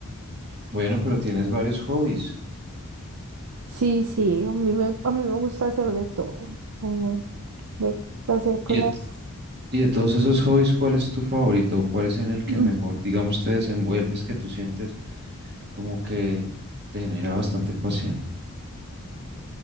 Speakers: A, on the right; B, on the right.
A: Bueno, pero tienes varios hobbies.
B: Sí, sí, a mí me, a mí me gusta hacer de todo. Uno, ver- hacer cosas.
A: Y, Y de todos esos hobbies, ¿cuál es tu favorito? ¿Cuál es en el que
B: Mm.
A: mejor, digamos, te desenvuelves, que tú sientes como que te genera bastante pasión?